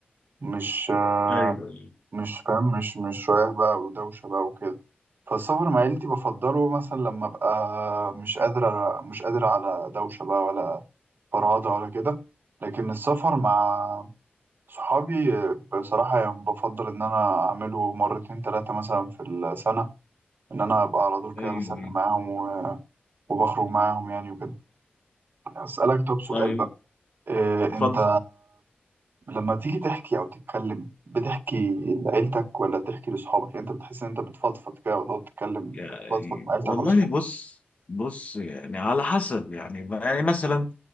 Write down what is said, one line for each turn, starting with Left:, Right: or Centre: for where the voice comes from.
Right: مش آه،
Left: ايوه ايوه
Right: مش فاهم مش مش رايح بقى ودوشة بقى وكده فالسفر مع عيلتي بفضله مثلا لما ابقى مش قادر مش قادر على دوشة بقى ولا فرهدة ولا كده لكن السفر مع صحابي بصراحة يعني بفضل إن أنا أعمله مرتين تلاتة مثلا في السنة إن أنا أبقى على طول كده
Left: ايوه
Right: بسافر معاهم و- وبخرج معاهم يعني وكده أسألك طب سؤال
Left: طيب
Right: بقى إيه
Left: اتفضل
Right: أنت لما تيجي تحكي او تتكلم بتحكي لعيلتك ولا بتحكي لاصحابك يعني انت بتحس ان انت بتفضفض كده وتقعد تتكلم
Left: يعني
Right: تفضفض مع عيلتك
Left: والله
Right: ولا اصحابك
Left: بص بص يعني على حسب يعني يعني مثلا